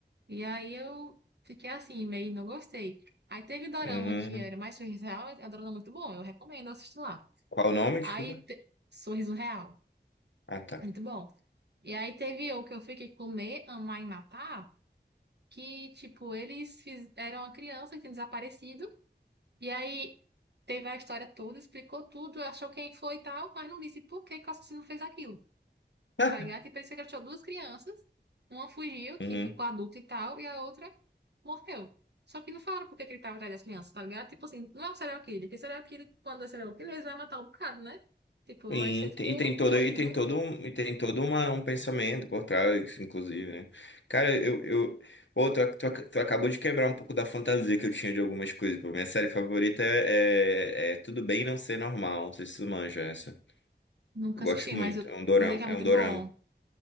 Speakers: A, on the right; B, on the left.
A: E aí eu fiquei assim, meio não gostei. Aí teve Dorama
B: uhum.
A: que era mais sorriso real, é um Dorama muito bom, eu recomendo assistir lá.
B: Qual o nome?
A: Aí,
B: Desculpa.
A: te- sorriso real,
B: Ah, tá.
A: muito bom. E aí teve o que eu fiquei comer, amar e matar que, tipo, eles fiz- eram uma criança que tinha desaparecido, e aí teve a história toda, explicou tudo, achou quem foi e tal, mas não disse por que que o assassino fez aquilo,
B: <laughs>
A: tá ligado? E parece que ele achou duas crianças, uma fugiu, que
B: Uhum.
A: ficou adulta e tal, e a outra morreu. Só que não falaram por que que ele tava atrás das crianças, tá ligado? Tipo assim, não é o serial killer, porque serial killer, quando é serial killer, eles vão matar um bocado, né? Tipo,
B: E,
A: vai ser tipo
B: tem,
A: uma
B: e tem todo,
A: coisa,
B: e tem
A: não?
B: todo um, e tem todo uma, um pensamento por trás, inclusive, né? Cara, eu, eu, pô, tu, tu, tu acabou de quebrar um pouco da fantasia que eu tinha de algumas coisas. Pô, minha série favorita é, é é Tudo Bem Não Ser Normal. Não sei se tu manja essa.
A: Nunca
B: Eu
A: assisti,
B: gosto
A: mas
B: muito.
A: eu...
B: É um dorama,
A: dizem que é
B: é
A: muito
B: um dorama.
A: bom,